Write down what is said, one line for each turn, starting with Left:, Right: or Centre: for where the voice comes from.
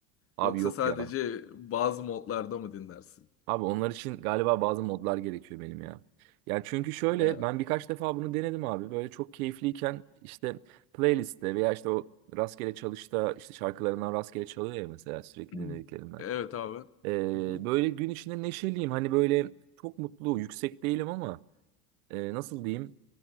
Right: Abi
Left: Yoksa
Right: yok
Left: sadece
Right: ya.
Left: bazı modlarda mı dinlersin?
Right: Abi onlar için galiba bazı modlar gerekiyor benim ya. Yani çünkü şöyle
Left: Evet.
Right: ben birkaç defa bunu denedim abi. Böyle çok keyifliyken işte playlistte veya işte o rastgele çalışta işte şarkılarından rastgele çalıyor ya mesela sürekli
Left: <clears throat>
Right: dinlediklerimden.
Left: Evet abi.
Right: Ee,
Left: Hı hı.
Right: böyle gün içinde neşeliyim. Hani böyle çok mutlu, yüksek değilim ama e, nasıl diyeyim?